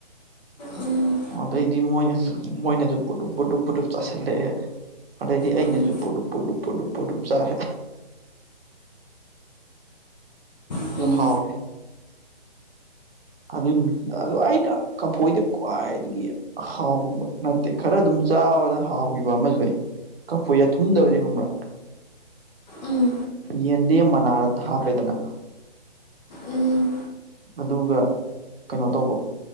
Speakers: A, on the left; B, on the right.
A: ꯎꯝ
B: ꯑꯗꯩꯗꯤ ꯃꯣꯏꯅꯁꯨ ꯃꯣꯏꯅꯁꯨ ꯄꯨꯗꯨꯞ ꯄꯨꯗꯨꯞ ꯄꯣꯗꯨꯞ ꯆꯥꯁꯤꯜꯂꯛꯑꯦ ꯑꯗꯩꯗꯤ ꯑꯩꯅꯁꯨ
A: ꯎꯝ
B: ꯄꯨꯗꯨꯞ ꯄꯣꯗꯨꯞ ꯄꯣꯗꯨꯞ ꯄꯨꯗꯨꯞ ꯆꯥꯔꯦ
A: ꯎꯝ
B: ꯑꯗꯨ ꯍꯥꯎꯔꯦ ꯑꯗꯨ ꯅꯨꯃꯤꯠꯇꯨꯅ ꯑꯗꯣ ꯑꯩꯅ ꯀꯐꯣꯏꯗ ꯈ꯭ꯋꯥꯏꯗꯒꯤ ꯍꯥꯎꯈꯤꯕ ꯅꯠꯇꯦ ꯈꯔ ꯑꯗꯨꯝ ꯆꯥꯕꯗ ꯍꯥꯎꯈꯤꯕ ꯑꯃꯁꯨ ꯂꯩ ꯀꯥꯐꯣꯏꯖꯦ ꯊꯨꯝꯗꯕꯖꯦ ꯈꯪꯕ꯭ꯔꯥ
A: ꯎꯝ
B: ꯌꯦꯟꯗꯦꯝ ꯃꯅꯥꯗ ꯍꯥꯞꯄꯦꯗꯅ
A: ꯎꯝ
B: ꯑꯗꯨꯒ ꯀꯩꯅꯣ ꯇꯧꯕ